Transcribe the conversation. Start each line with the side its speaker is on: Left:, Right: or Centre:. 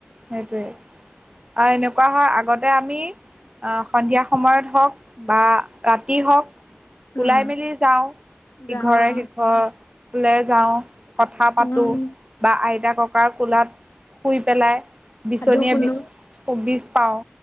Right: সেইটোৱে, আৰু এনেকুৱা হয় আগতে আমি- আহ সন্ধিয়া সময়ত হওক বা ৰাতি হওক-
Left: উম,
Right: ওলাই মেলি যাওঁ
Left: যাওঁ
Right: ইঘৰে সিঘৰলে যাওঁ। কথা পাতো,
Left: উম,
Right: বা আইতা ককাৰ কোলাত শুই পেলাই। বিচনিয়ে
Left: সাধু শুনো।
Right: বিচ পাও,